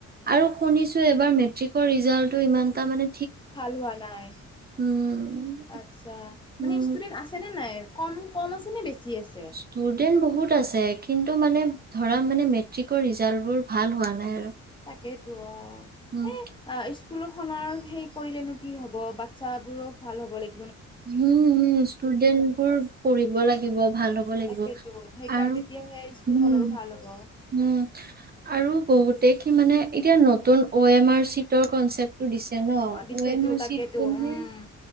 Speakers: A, on the right; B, on the left.
A: আৰু শুনিছোঁ এবাৰ মেট্ৰিকৰ ৰিজাল্টটো ইমানটা মানে
B: ভাল হোৱা নাই,
A: উম
B: আচ্ছা
A: উম
B: মানে ষ্টুডেন্ট আছেনে নাই? কম, কম আছেনে বেছি আছে?
A: ষ্টুডেন্ট বহুত আছে কিন কিন্তু মানে ধৰা মানে মেট্ৰিকৰ ৰিজাল্ট বোৰ ভাল হোৱা নাই আৰু
B: সেইটোৱে অ
A: উম
B: এ অ স্কু স্কুলখনৰ সেই কৰিলেনো কি হ'ব বাচ্ছাবোৰো ভাল হ'ব লাগি
A: হুম হুম ষ্টুডেন্ট বোৰ পঢ়িব লাগিব ভাল হ'ব লাগিব
B: তাকেতো সেইকাৰ
A: আৰু
B: তেতিয়াহে স্কুলখনৰো
A: হম
B: ভাল হ'ব
A: হুম আৰু বহুতে কি মানে এতিয়া নতুন অ' এম আৰ চিটৰ কনচেপ্ট দিছে ন
B: দিছেতো
A: এম আৰ
B: তাকেতো
A: চিটো মানে
B: উম